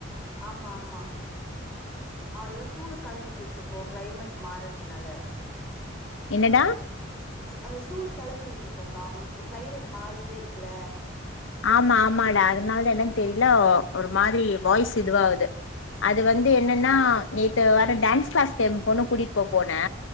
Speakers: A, in the centre; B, on the left.
A: ஆமா ஆமா அதுதா சூடு கெளப்பி விட்ரு போ கிளைமேட் மாறத்துனால
B: என்னடா
A: அந்த சூடுத் கெளப்பி விட்டுருக்குங்க்கா கிளைமேட் மாறிட்டே இருக்குல
B: ஆமா ஆமாடா அதனாலதா என்னனு தெரியல ஒரு மாரி வாய்ஸ் இதுவாவுது அது வந்து என்னன்னா நேத்து வேர டான்ஸ் கிளாஸ்க்கு எம் பொண்ண கூட்டிட்டு போப்போனே